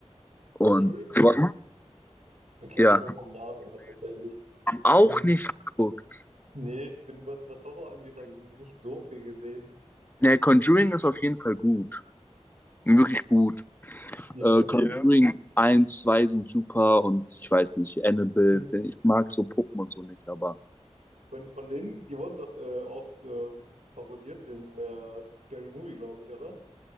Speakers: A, on the left; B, on the right.
A: Und
B: Conjuring,
A: sowas,
B: den kenne
A: ja,
B: ich nur vom Namen her tatsächlich.
A: auch
B: Ähm,
A: nicht geguckt.
B: Nee, ich bin, was, was Horror angeht, habe ich nicht so viel gesehen.
A: Ne,
B: Ich,
A: Conjuring ist auf jeden Fall gut. Wirklich gut.
B: ja,
A: Äh, Conjuring
B: hm,
A: 1, 2 sind super und ich weiß nicht, Annabelle,
B: gibt-
A: find ich mag so Puppen und so nicht, aber
B: von, von denen, die wurden doch äh, auch ähm, parodiert in äh, Scary Movie, glaube ich, oder?